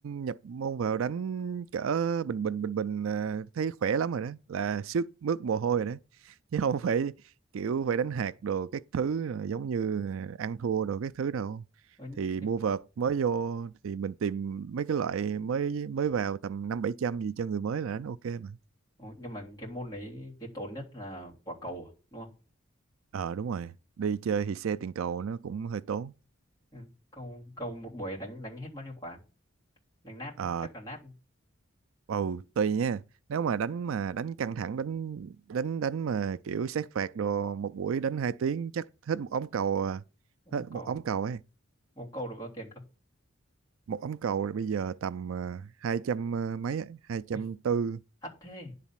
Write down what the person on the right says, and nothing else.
nhập môn vào đánh cỡ bình bình bình bình à, thấy khỏe lắm rồi đó là sức mướt mồ hôi rồi đó <laughs> chứ không phải kiểu phải đánh hạt đồ các thứ rồi giống như ăn thua đồ các thứ đâu
thì
mua vợt mới vô thì mình tìm mấy cái loại mới mới vào tầm năm bảy trăm gì cho người mới là đánh ok mà
ờ đúng rồi đi chơi thì xe tiền cầu nó cũng hơi tốn
Ờ,
Ồ, tùy nha. Nếu mà đánh mà đánh căng thẳng đánh đánh đánh mà kiểu sát phạt đồ một buổi đánh 2 tiếng chắc hết một ống cầu à.
hết
một ống cầu ấy.
Một ống cầu bây giờ tầm ờ, 200 à, mấy ấy, 240.